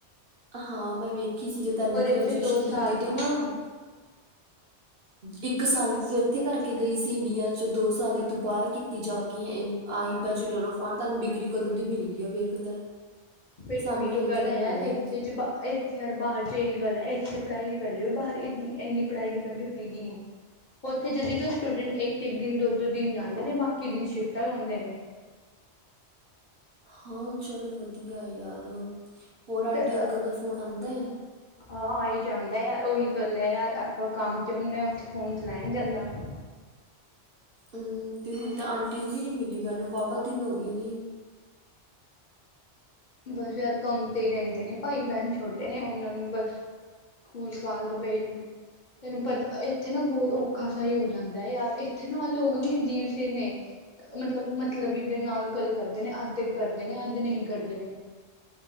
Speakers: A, on the right (about 55°); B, on the left (about 45°).
A: ਹਾਂ ਮੈਂ ਵੇਖੀ ਸੀ ਜੇ ਤੈਨੂੰ
B: ਔਰ ਇੱਥੇ
A: ਗ੍ਰੈਜੂਏਸ਼ਨ
B: ਦੋ
A: ਕੀਤੀ
B: ਸਾਲ ਦੀ
A: ਤੂੰ ਨਾ ਇੱਕ ਸਾਲ ਦੀ ਸੀ ਏ ਇੱਥੇ ਕਰਕੇ ਗਈ ਸੀ ਇੰਡੀਆ ਚ ਦੋ ਸਾਲ ਦੀ ਤੂਂ ਬਾਹਰ ਕੀਤੀ ਜਾ ਕੇ ਏ, ਆਹੀ ਬੈਚੂਲਰ ਆਫ ਆ ਤੁਹਾਨੂੰ ਡਿਗਰੀ ਤੇ ਕਦੋਂ ਦੀ ਮਿਲੀ ਐ ਵੇਖ ਲੈ
B: ਫਿਰ
A: ਸਾਨੂੰ
B: ਉਹੀ ਤੋਂ
A: ਹਜੇ
B: ਗੱਲ
A: ਤੱਕ
B: ਹੈ
A: ਨਹੀਂ
B: ਯਾਰ
A: ਮਿਲੀ
B: ਇੱਥੇ ਚ ਬਾ ਇੱਥੇ ਯਾਰ ਬਾਹਰ ਚ ਇਹੀ ਗੱਲ ਹੈ ਇੱਥੇ ਪੜ੍ਹਾਈ ਵੈਲਿਊ, ਬਾਹਰ ਏਨੀ ਇੰਨੀ ਪੜ੍ਹਾਈ ਦੀ ਵੈਲਿਊ ਹੈਗੀ ਨਹੀਂ, ਉੱਥੇ ਜਦੀ ਤੁ ਸਟੂਡੈਂਟ ਇੱਕ ਇੱਕ ਦਿਨ ਦੋ ਦੋ ਦਿਨ ਜਾਂਦੇ ਨੇ, ਬਾਕੀ ਦਿਨ ਸ਼ਿਫਟਾਂ ਲਾਉਂਦੇ ਨੇ।
A: ਹਾਂ ਚੱਲ ਵਧੀਆ ਐ ਯਾਰ। ਹੋਰ ਆਂਟੀ
B: ਤੇ
A: ਅੰਕਲ ਦਾ ਫੋਨ ਆਂਦਾ ਐ?
B: ਹਾਂ ਆ ਹੀ ਜਾਂਦਾ ਯਾਰ ਉਹੀ ਗੱਲ ਹੈ ਯਾਰ, ਆਪਾਂ ਕੰਮ ਤੇ ਹੁੰਦੇ ਹਾਂ ਉੱਥੇ ਫੋਨ ਚ ਲੈ ਨਹੀਂ ਜਾਂਦਾ <unintelligible>
A: ਹਮ ਤੇ ਹੁਣ ਤਾਂ ਆਂਟੀ ਜੀ ਨਹੀਂ ਮਿਲੀ ਮੈਨੂੰ ਵਾਹਵਾ ਦਿਨ ਹੋ ਗਏ ਨੇ।
B: ਬਸ ਯਾਰ ਕੰਮ ਤੇਈ ਰਹਿੰਦੇ ਨੇ ਭਾਈ ਭੈਣ ਛੋਟੇ ਨੇ ਉਹਨਾਂ ਨੂੰ ਬਸ ਸਕੂਲ ਸਕਾਲ ਤੇ ਭੇਜ ਨੂੰ <unintelligible> ਤੈਨੂੰ ਪਤਾ ਅ ਇੱਥੇ ਨਾ ਬਹੁਤ ਔਖਾ ਸਹੀ ਹੋ ਜਾਂਦਾ ਹੈ ਯਾਰ, ਇੱਥੇ ਨਾ ਲੋਕ ਵੀ ਅਜੀਬ ਸੇ ਨੇ। ਮਤਲਬ ਮਤਲਬੀ ਦੇ ਨਾਲ ਗੱਲ ਕਰਦੇ ਨੇ ਅੱਧੇ ਕਰਦੇ ਨੇ ਅੱਧੇ ਨਹੀਂ ਕਰਦੇ ਨੇ।